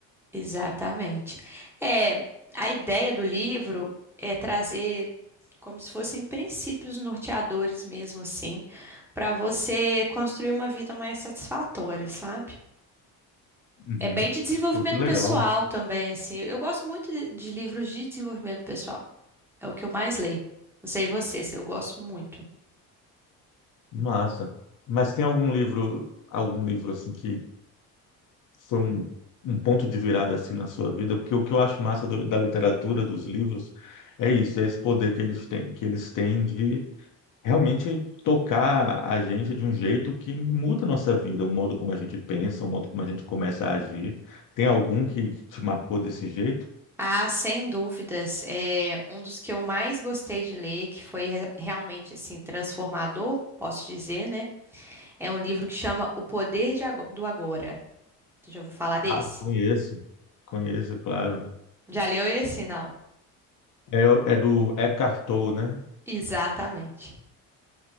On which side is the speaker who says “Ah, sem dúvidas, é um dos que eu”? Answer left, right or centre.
Centre